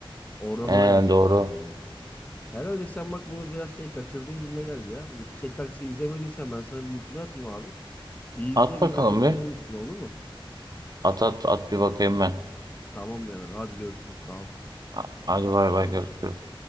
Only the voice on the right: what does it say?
Ee,
doğru.
At bakalım
bir.
At at at bir bakayım ben.
A- Hadi bay bay görüşürüz.